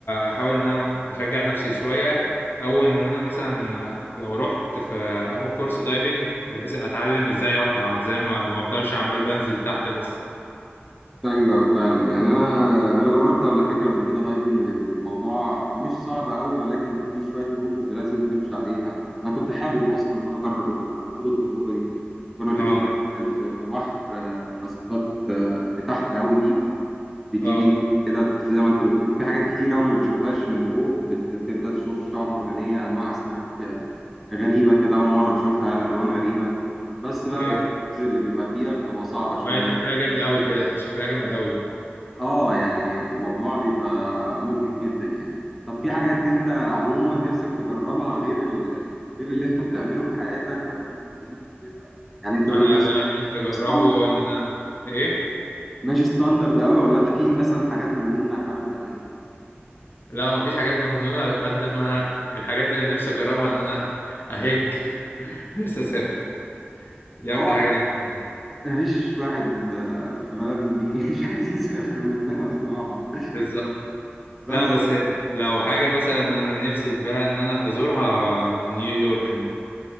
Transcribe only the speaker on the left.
أحاول إن أنا أشجع نفسي شوية أو إن أنا مثلا لو رحت في آخد كورس دايفنج بحيث أتعلم إزاي أطلع إزاي ما ما أفضلش عمال بنزل تحت بس
أه
أه
أيوه
وهي
شكلها
جامد أوي كده شكلها جامد أوي
انا لا أنا نفسي اجربه
ان انا ايه
لا ما فيش حاجات مجنونه قد ما انا الحاجات اللي نفسي اجربها ان انا اهج <laughs> نفسي اسافر دي
اكتر حاجه نفسي أعملها.
بالظبط
لا بس لو حاجه مثلا انا نفسي فيها ان انا ازورها نيويورك مثلا